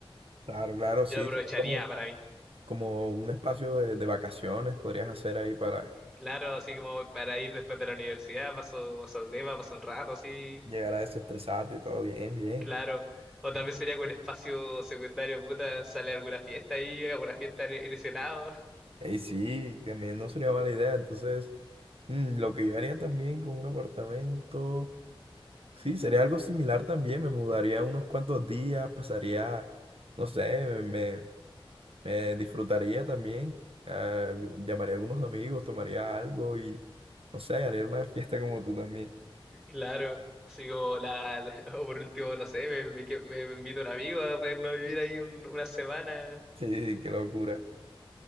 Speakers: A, on the right; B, in the centre.
A: Claro, claro, sí,
B: yo lo aprovecharía
A: sería como,
B: para mí.
A: como un espacio de, de vacaciones podrías hacer ahí para
B: Claro, así como para ir después de la universidad, paso como Saldema, paso un rato, así,
A: llegar a desestresarte y todo bien, bien.
B: claro. O también sería con espacio secundario, puta, sale alguna fiesta ahí, alguna fiesta en, en ese lado,
A: Ey, sí, también no sería mala idea. Entonces, mm, lo que yo haría también con un apartamento, sí, sería algo similar también. Me mudaría unos cuantos días, pasaría, no sé, me, me- me disfrutaría también. ah, llamaría a algunos amigos, tomaría algo y, no sé, haría una fiesta como tú también. <laughs>
B: <laughs> claro. Así como la, la- <laughs> o por último, no sé, me, me, que- me- me invita un amigo a para irnos a vivir ahí un- una semana.
A: Sí, qué locura.